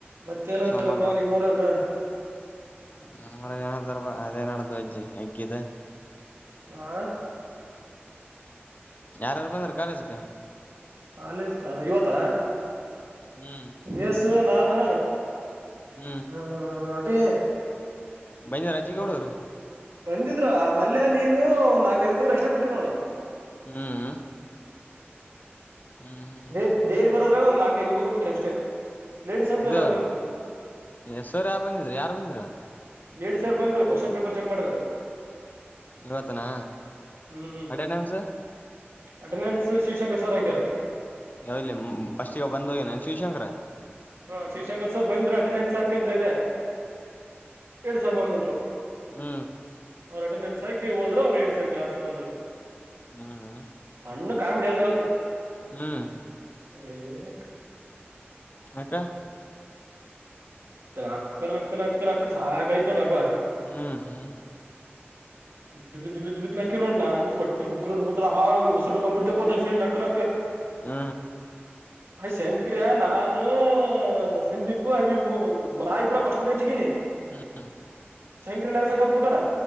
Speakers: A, on the right; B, on the left.
A: ಮತ್ತೇಏನಂತಾರಪಾ
B: ಸೋಮವಾರ ಬರ್
A: ನಿಮ್ ಊರಾಗ
B: <unintelligible> ಅಜ್ಜಿ ಹೆಗ್ಗಿದೆ.
A: ಹಾ
B: ಯಾರಾರು ಬಂದ್ರ ಕಾಲೇಜ್ಗೆ
A: ಕಾಲೇಜ ಗ ಇವತ್ತ
B: ಹ್ಮ್
A: ಏಸು ನಾನು
B: ಹ್ಮ್
A: ಹ್ಮ ಅಭಿ
B: ಬೈಂದ ರಾಜಜಿ ಕೌಡರು
A: ಒಂದ್ ಬಂದಿದ್ರು ಆ ಮಲ್ಲ ನೀನು ಒಂದ್ ನಾಲ್ಕೈದು ಹಡುಗರು ಬಿಟ್ರು ಬಿಟ್ಟಿ ನೋಡು
B: ಹ್ಮ್ ಹ್ಮ್ ಹ್ಮ್
A: ಬೇರ್ ಡೈಲಿ ಬರದ್ರ ಒಂದ ನಾಲ್ಕೈದು ಹುಡುಗರ್ ಬಿಟ್ರೆ ಅಷ್ಟೇ ಲೇಡಿಸಸ್ ಅಂದ್ರ
B: ಇದು
A: ಎಲ್ಲಾರು ಬಂದ್ರು
B: ಹೆಸರು ಯಾವ ಬಂದಿದ್ರ ಯಾರ ಬಂದಿರ ಅ್ರ
A: ಏಡ್ ಸಾವಿರ್ ಬಂದ್ ಕೋಶನ್ ಪೇಪರ್ ಚೆಕ್ ಮಾಡ್ರ್.
B: ಇವತ್ತನಾ
A: ಹ್ಮ್
B: ಅಟೆಂಡೆನ್ಸ್
A: ಅಟೆಂಡೆನ್ಸ್ ಶಿವಶಂಕರ್ ಸರ್ ಆಾಕ್ಯಾರ
B: ಯಾವಲ್ಲ ಪಫಸ್ಟ್ಗ ಬಂದೋಗೇನಾನನ್ ಶಿವಶಂಕರ
A: ಹಾ ಶ್ರೀಶಂಕರ್ ಸರ್ ಬಂದ್ರು ಅಟೆಂಡೆನ್ಸ್ ಹಾಕಿದ್ರೆ ಅೇ ಹೇಳ ಸರ್ ಬಂದ್ಬಿಟ್ರು
B: ಹ್ಮ
A: ಅವರು ಅಟೆಂಡೆನ್ಸ್ ಹಾಕಿ ಹೋದ್ರು ಅವ್ರು ಹೇಳ ಸರ್ ಕ್ಲಾಸ್ ತಗೊಂಡರು
B: ಹ್ಮ್
A: ಸಣ್ಣ ಕಾಮಿಡಿ ಅಲ್ಲಿ
B: ಹ್ಮ್
A: ಹ್ಮ್
B: ಹಕ್ಕ
A: ಚ ನಕ್ಕ ನಕ ನಕ ನಕ್ಕ ಸಾಕಾಯತು ತೊಡಪ
B: ಹ್ಮ್ ಹ್ಮ್
A: ಇದ ಬಿದ್ದು ಬಿದ್ದು ಬಿದ್ದ್ ನಾಕಿ ನೋಡ ನ ಅಂತ ಒಟ್ಟಿ ಕುಕ್ಕರ್ಬ ಆ ಉಸರು ಕಂಬಿಡ್ತಾತಾರೆ ಸರಿ ನಕ್ ನು
B: ಹ್ಮ
A: ಅಯ್ ಶಂಕರ್ಯ ನಾನು ಸಂದೀಪು ಅ ನಾ ಇದ್ರ ಫಸ್ಟ್ ಬೇಂಜಗೀನಿ
B: ಹ್ಮ್
A: ಶಂಕರಿ ನಲ್ಲಿ ಸಕತ್ಬ ಬಿಟ್ಟಣ